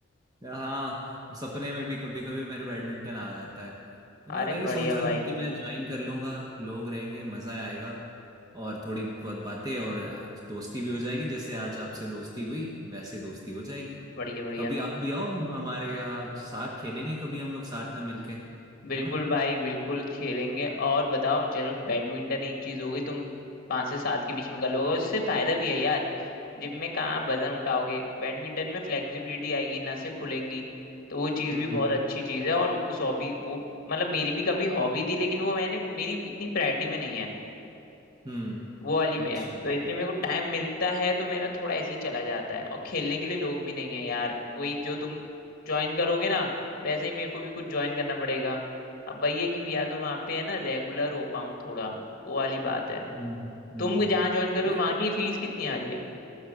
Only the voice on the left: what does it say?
अरे
बढ़िया
भाई
बढ़िया बढ़िया
बिल्कुल
भाई बिल्कुल खेलेंगे और बताओ चलो बैडमिंटन एक चीज हो गई तुम पाँच से सात के बीच में कर लोगे उससे फायदा भी है यार जिम में कहाँ वजन उठाओगे बैडमिंटन में फ्लेक्सिबिलिटी आएगी नसें खुलेंगी तो वो चीज़
भी बहुत अच्छी चीज़ है और उस हॉबी वो मतलब मेरी भी कभी हॉबी थी लेकिन वो मैंने मेरी इतनी प्रायोरिटी में नहीं है
वो वाली में
है तो इसलिए मेरे को टाइम मिलता है तो मेरा थोड़ा ऐसे ही चला जाता है और खेलने के लिए लोग भी नहीं है यार वही जो तुम ज्वाइन करोगे ना वैसे ही मेरे को भी कुछ ज्वाइन करना पड़ेगा अब वही है कि या तो वहाँ पे है ना रेगुलर हो पाऊँ थोड़ा वो वाली बात है
तुम
जहाँ ज्वाइन करो
वहाँ की फीस कितनी आ रही है